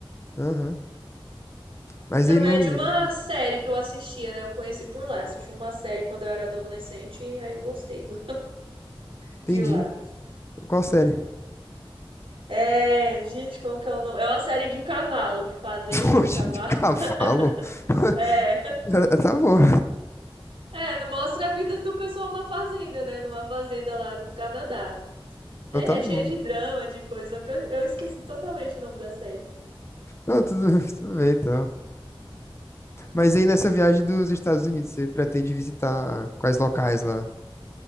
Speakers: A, on the left (about 30°); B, on the right (about 80°).
A: Aham. Mas
B: E também
A: aí não.
B: é de uma série que eu assistia, né? Eu conheci por lá. Assisti uma série quando eu era adolescente e aí eu gostei do, de
A: Entendi.
B: lá.
A: Qual série?
B: É, gente, como que é o nome? É uma série de cavalo, de fazenda,
A: <laughs> Poxa,
B: de cavalo.
A: de cavalo?
B: <laughs>
A: <laughs>
B: É,
A: Tá bom.
B: é, mostra a vida do pessoal na fazenda, né? Numa fazenda lá no Canadá. Tem,
A: Então tá
B: é cheio
A: bom.
B: de drama, de coisas. que Eu, eu esqueci totalmente o nome da série.
A: Não, tudo, tudo bem, então. Mas aí nessa viagem dos Estados Unidos, você pretende visitar quais locais lá?